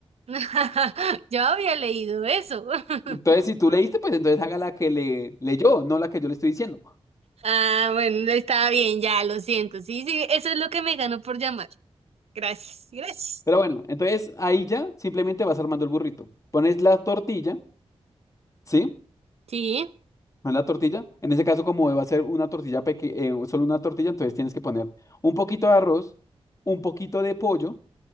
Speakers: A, on the right (about 65°); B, on the left (about 30°).
A: <laughs> Yo había leído eso. <laughs>
B: Entonces, si tú leíste, pues entonces haga la que le leyó, no la que yo le estoy diciendo.
A: Ah, bueno, está bien, ya, lo siento. Sí, sí, eso es lo que me ganó por llamar. Gracias, gracias.
B: Pero bueno, entonces ahí ya simplemente vas armando el burrito. Pones la tortilla, ¿sí?
A: Sí,
B: Pones la tortilla. En ese caso, como va a ser una tortilla pequeña, solo una tortilla, entonces tienes que poner un poquito de arroz, un poquito de pollo.